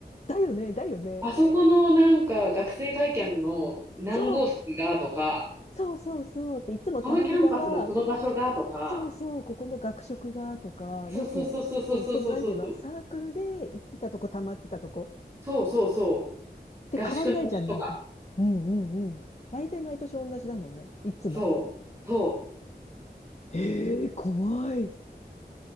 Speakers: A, on the left (about 40°); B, on the right (about 15°).
A: だよね、だよね。
B: あそこのなんか学生会館の何号室がとか、
A: そうそうそうそうって、いつもたまり場は、
B: このキャンパスのこの場所がとか、
A: そうそう、ここの学食がとか、
B: そうそうそうそうそうそうそうそう。
A: よく、そう、そのなんていうの、サークルで行ってたとこ、たまってたとこ
B: そうそうそう。
A: って変わんないじゃん、
B: 合宿の場所とか。
A: なんか。うんうんうん。大体毎年同じだもんね、いつも。
B: そう、そ
A: ええ怖い。